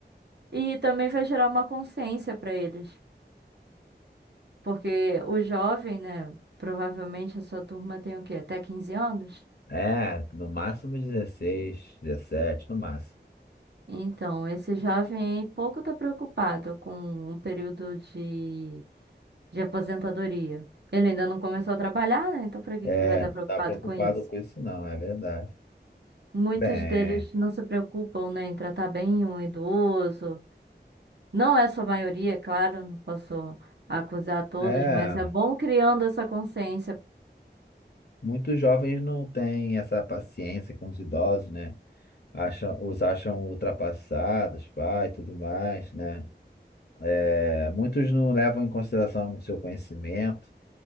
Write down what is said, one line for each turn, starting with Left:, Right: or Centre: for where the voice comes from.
Right: E também vai gerar uma consciência para eles. Porque o jovem, né? Provavelmente a sua turma tem o quê? Até 15 anos?
Left: É, no máximo 16 dezessete no máximo.
Right: Então, esse jovem aí pouco está preocupado com um período de, de aposentadoria. Ele ainda não começou a trabalhar, né? Então, para que
Left: É,
Right: que ele vai estar
Left: não
Right: preocupado
Left: tá preocupado
Right: com isso?
Left: com isso, não, é verdade.
Right: Muitos
Left: Bem,
Right: deles não se preocupam, né, em tratar bem um idoso, Não é sua maioria, é claro, não posso acusar todos,
Left: é.
Right: mas é bom criando essa consciência.
Left: Muitos jovens não têm essa paciência com os idosos, né? Acham, os acham ultrapassados, pai, tudo mais, né? É, muitos não levam em consideração o seu conhecimento,